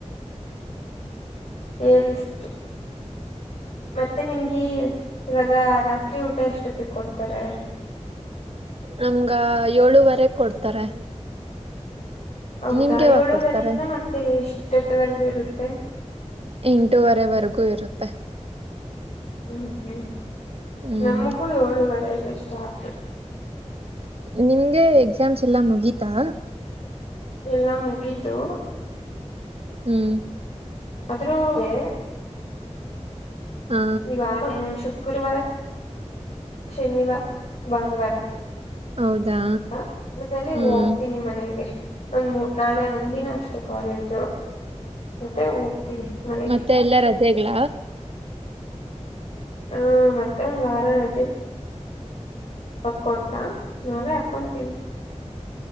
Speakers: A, on the left; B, on the right.
A: ಕೇಳಿದ್ದು ಮತ್ತೆ ನಿಮ್ಗಿ ಇವಾಗ ರಾತ್ರಿ ಊಟ ಎಷ್ಟೊತಿಗ್ ಕೊಡ್ತಾರೆ.
B: ನಮ್ಗ ಏಳುವರೆ ಕೊಡ್ತಾರೆ.
A: ಹೌದಾ
B: ನಿಮ್ಗೆ ಯಾವಾಗ
A: ಏಳುವರಿಯಿಂದ
B: ಕೊಡ್ತಾರೆ
A: ಮತ್ತೆ ಎಷ್ಟೊತ್ತವರ್ಗು ಇರುತ್ತೆ.
B: ಎಂಟೂವರೆವರೆಗೂ ಇರುತ್ತೆ.
A: ಹ್ಮ್ ಹ್ಮ್
B: ಹ್ಮ್
A: ನಮಗೂ ಏಳುವರೆಗೆ ಸ್ಟಾರ್ಟ್.
B: ನಿಮ್ಗೆ ಎಕ್ಸಾಮ್ಸ್ ಎಲ್ಲಾ ಮುಗೀತಾ.
A: ಎಲ್ಲಾ ಮುಗಿತು.
B: ಹ್ಮ್
A: ಆದ್ರೂ <unintelligible>
B: ಹಾ
A: ಈ ವಾರ ಶುಕ್ರವಾರ ಶನಿವಾರ ಭಾನುವಾರ.
B: ಹೌದಾ?
A: ಹ ಅದಲ್ಲಿ
B: ಹ್ಮ್.
A: ಹೋಗ್ತೀನಿ ಮನೆಗೆ ಒಂದ್ ನಾಳೆ ಒಂದ್ ದಿನ ಅಷ್ಟೆ ಕಾಲೇಜು. ಮತ್ತೆ ಹೋಗ್ತೀನಿ ಮನೆಗೆ
B: ಮತ್ತೆ ಎಲ್ಲ ರಜೆಗ್ಲ.
A: ಹಾ ಮತ್ತೆ ಒಂದ್ ವಾರ ರಜೆ. ರ್ ಕೊಡ್ತಾ ನಾವೇ ಹಾಕೊಂತೀವಿ